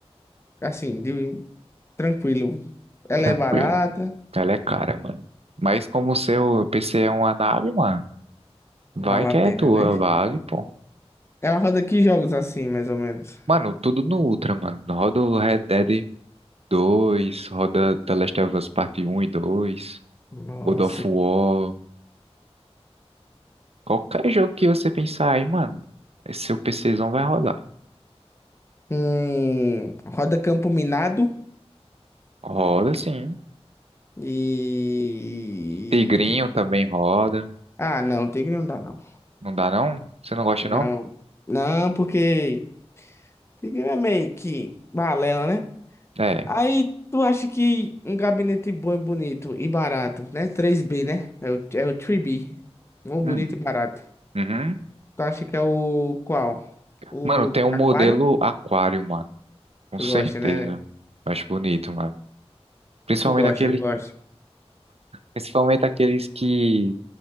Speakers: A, on the left; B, on the right.
A: Assim, de... tranquilo. Ela
B: Tranquilo.
A: é barata,
B: Ela é cara, mano. Mas como o seu PC é uma nave, mano, vai
A: vale
B: que
A: a
B: é
A: pena,
B: tua,
A: né?
B: vale, pô.
A: Ela roda que jogos assim, mais ou menos?
B: Mano, tudo no Ultra, mano. Roda o Red Dead dois, roda The Last of Us Parte um e dois,
A: Nossa.
B: God of War. Qualquer jogo que você pensar aí, mano, esse seu PCzão vai rodar.
A: Hum, roda Campo Minado
B: Roda sim.
A: e...
B: Tigrinho também roda.
A: Ah, não, Tigre não dá, não.
B: Não dá não? Você não gosta
A: Não,
B: não?
A: não, porque Tigre é meio que balela, né?
B: É.
A: Aí tu acha que um gabinete bom e bonito e barato, né? Três b né? É o, é o 3B. Bom, bonito
B: Hum.
A: e barato.
B: Uhum.
A: Tu acha que é o qual? O
B: Mano, tem um modelo
A: aquário?
B: Aquário, mano. Com
A: Tu
B: certeza.
A: gosta, né?
B: Eu Acho bonito, mano. Principalmente
A: Tu gosta,
B: aquele,
A: não gosta?
B: principalmente aqueles que